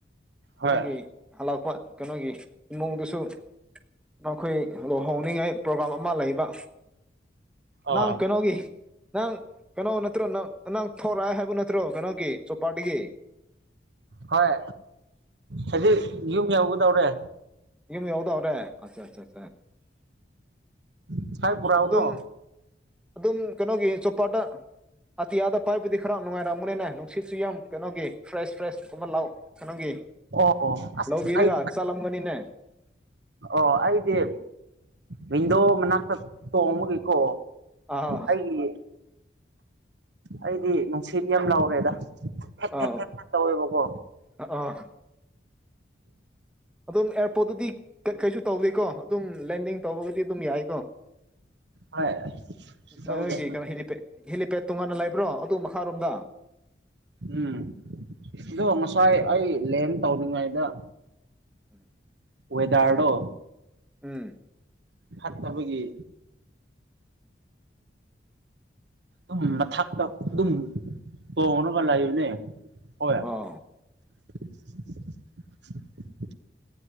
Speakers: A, on the right; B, in the centre.
A: ꯍꯣꯏ
B: ꯑꯗꯨꯒꯤ ꯍꯜꯂꯛꯄ ꯀꯩꯅꯣꯒꯤ ꯏꯃꯨꯡꯗꯨꯁꯨ ꯅꯈꯣꯏ ꯂꯨꯍꯣꯡꯅꯤꯡꯉꯥꯏ ꯄ꯭ꯔꯣꯒ꯭ꯔꯥꯝ ꯑꯃ ꯂꯩꯕ
A: ꯑꯣ
B: ꯅꯪ ꯀꯩꯅꯣꯒꯤ ꯅꯪ ꯀꯩꯅꯣ ꯅꯠꯇ꯭ꯔꯣ ꯅꯪ ꯅꯪ ꯊꯣꯔꯛꯑ ꯍꯥꯏꯕ ꯅꯠꯇ꯭ꯔꯣ ꯀꯩꯅꯣꯒꯤ ꯆꯣꯄꯥꯗꯒꯤ
A: ꯍꯣꯏ ꯍꯧꯖꯤꯛ ꯌꯨꯝ ꯌꯧꯒꯗꯧꯔꯦ
B: ꯌꯥꯎꯗꯧꯔꯦ ꯑꯆꯥ ꯆꯥ ꯆꯥ
A: ꯉꯁꯥꯏ ꯄꯨꯔꯛꯎꯅꯣ
B: ꯑꯗꯨꯝ ꯑꯗꯨꯝ ꯀꯩꯅꯣꯒꯤ ꯆꯣꯄꯗ ꯑꯇꯤꯌꯥꯗ ꯄꯥꯏꯕꯗꯤ ꯈꯔ ꯅꯨꯡꯔꯝꯒꯅꯤꯅꯦ ꯅꯨꯡ ꯁꯤꯠꯁꯨ ꯌꯥꯝ ꯀꯩꯅꯣꯒꯤ ꯐ꯭ꯔꯦꯁ ꯐ꯭ꯔꯦꯁ ꯀꯨꯝꯕ ꯂꯥꯛ ꯀꯩꯅꯣꯒꯤ
A: ꯑꯣ ꯑꯁ
B: ꯂꯧꯕꯤꯔꯒ
A: ꯑꯩ
B: ꯆꯠꯂꯝꯒꯅꯤꯅꯦ
A: ꯑꯣ ꯑꯩꯗꯤ ꯋꯤꯟꯗꯣ ꯃꯅꯥꯛꯇ ꯇꯣꯡꯕꯒꯤꯀꯣ
B: ꯑꯥ
A: ꯑꯩꯒꯤ ꯑꯩꯗꯤ ꯅꯨꯡꯁꯤꯠ ꯌꯥꯝ ꯂꯧꯔꯦꯗ ꯐꯠ
B: ꯑꯥ
A: ꯐꯠ ꯐꯠ ꯐꯠ ꯇꯧꯋꯦꯕꯀꯣ
B: ꯑꯥ ꯑꯗꯨꯝ ꯑꯦꯌꯥꯔꯄꯣꯔꯠꯇꯗꯤ ꯀꯩꯁꯨ ꯇꯧꯗꯦꯀꯣ ꯑꯗꯨꯝ ꯂꯦꯟꯗꯤꯡ ꯇꯧꯕꯒꯗꯤ ꯑꯗꯨꯝ ꯌꯥꯏꯀꯣ
A: ꯍꯣꯏ ꯇꯧꯗꯦ
B: ꯅꯣꯏꯒꯤ ꯀꯩꯅꯣ ꯍꯦꯂꯤꯄꯦꯠ ꯍꯦꯂꯤꯄꯦꯠ ꯇꯣꯉꯥꯟꯅ ꯂꯩꯕ꯭ꯔꯣ ꯑꯗꯨ ꯃꯈꯥꯔꯣꯝꯗ
A: ꯎꯝ ꯑꯗꯣ ꯉꯁꯥꯏ
B: ꯑꯥ
A: ꯑꯩ ꯂꯦꯟ ꯇꯧꯔꯤꯉꯥꯏꯗ
B: ꯎꯝ
A: ꯋꯦꯗꯔꯗꯣ
B: ꯎꯝ
A: ꯐꯠꯇꯕꯒꯤ ꯑꯗꯨꯝ ꯃꯊꯛꯇ ꯑꯗꯨꯝ ꯇꯣꯡꯉꯒ ꯂꯩꯕꯅꯦ ꯍꯣꯏ
B: ꯑꯣ
A: <inaudible>